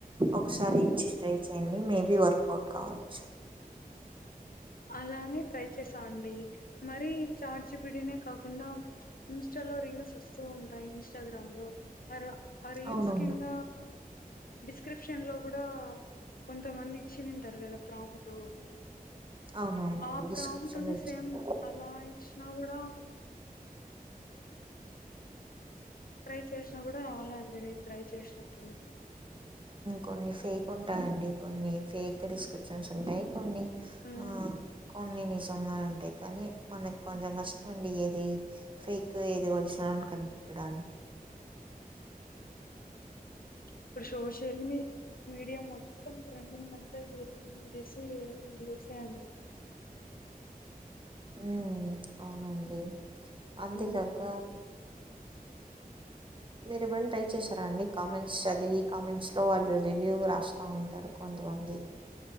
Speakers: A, on the right; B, on the left.
A: ఒకసారి ఇచ్చి ట్రై చేయండి మేబీ వర్కౌట్ కావచ్చు
B: అలానే ట్రై చేసా అండి మరి చాచిపిిడినే కాకుండా మవరి స్స్ ఉంట ఇస్టాగ్రామ్ లో అ ఆ రీల్స్
A: అవునవును
B: కింద డిస్క్రిప్షన్ లో కూడా కొంతమంది ఇచ్చి తింటారు కదా ప్ర టో
A: అవునవునవును
B: ఆ ప్రాముట్ని
A: డిస్క్రిప్షన్ లో ఇచ్చింది
B: సేమ్ అలా ఇచ్చిన వుడ ర చేసినా కూడా రాలే అండి నేను ట్రై చేసినప్పుడు
A: కొన్ని ఫేక్ ఉంటాయండి కొన్ని ఫేక్ ప్రిస్క్రిప్షన్స్ ఉంటాయి కొన్ని
B: హ్మ్.
A: ఆ కొన్ని నిషంగా అడి అంటే కానీ మనకు కొంచెం కష్టమ అండి ఏది ఫేక్ ఏది ఒరిజినల్ అని కనిపెట్టడానికి
B: ఇప్పుడు సోషల్ మీ మీడియా మొత్తం ట్రెండింగ్ అంతా ఏస్ ఏ వీడియోసే అండి
A: హ అవునండి అంతేగాక
B: మ్మ్
A: మీరు ఇవ్వ ట్రై చేశారా అండి కామెంట్స్ చదివి కామెంట్స్లో వాళ్ళు రివ్యూ రాస్తూ ఉంటారు కొంతమంది